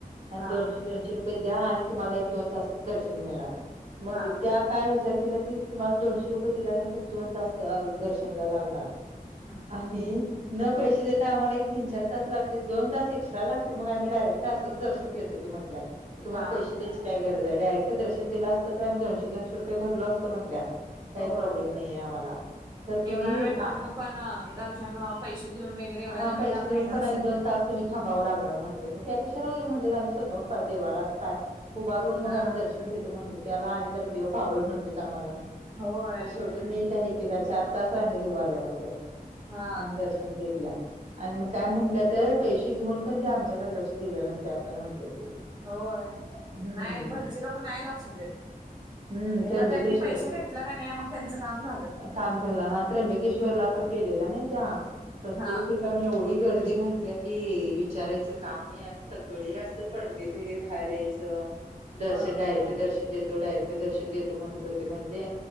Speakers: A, on the right (about 55°); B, on the right (about 30°).
A: आणि
B: हां
A: दोनशे दोनशे रुपये द्या आणि तुम्हाला एक दोन तासात दर्शन मिळणार. मग
B: हां
A: त्या काय विचार केल्या की तुम्हाला दोनशे रुपये दिल्यानंतर दोन तास ता दर्शनला लागणार
B: हम्म
A: आणि न पैसे देता आम्हाला एक तीन चार तास लागतील दोन तास एक्ट्रा लागतील, मग आम्ही डायरेक्ट असंच दर्श न घेतो की, म्हटल्या. म तुम्हाला
B: हां
A: पैसे द्यायची काय गरज हाय डायरेक्ट दर्शन दिलं असतं तर, आम्ही दोनशे दोनशे रुपये भरलो असतो म्हटल्या. काय
B: होय
A: प्रॉब्लेम नाहीेए आम्हाला. तर तुम्ही,
B: एवढा वेळ थांबून
A: आ
B: पण दर्शन पैसे देऊन वगैरे एवढ्याला
A: हा पैशे
B: वेळ
A: देऊन
B: मिळणार
A: पण
B: असेल
A: आणि दोन
B: तर
A: तास तुम्ही थांबावं लागणार म्हणतंय, मग त्यापेक्षा राहू दे म्हणल आम्ही स्वता हून देवाला पाय उभारून मग
B: हा
A: आम्ही दर्शन घेतो म्हटले, त्याला आणि जरा देव पावल म्हटलेत आम्हाला
B: होय
A: शेवटी नाहीत त्या हे केल्या चार तास रांगेत उभारल्या वाटत
B: हा
A: आणि दर शन घेतल्या आणि म काय म्हटल्या त्या पैशे घेऊन पण, त्या आमच्याकडे लक्ष दिलं नसत. ते असं म्हंटले ते.
B: होय.
A: हम्म
B: नाय भटजी लोकं नाय लक्ष देत.
A: हम्म
B: एकदा
A: त्र्यंबकेश
B: त्यांनी पैसे घेतलं का नाही मग त्यांचं काम झालं
A: काम झालं. हा त्र्यंबकेश्वरला
B: हम्म
A: पण गेलेल्या नाई त्या प्रत्येक
B: हा
A: ठिकाणी एवढी गर्दी म्हटल्या की वि चारायचं काम नाही आणि सगळे असं पंडित वगैरे बाहेर यायचं दर्शन
B: अ
A: डायरेक्ट दर्शन देतो. डायरेक्ट दर्शन देतो, म्हणत होते म्हणले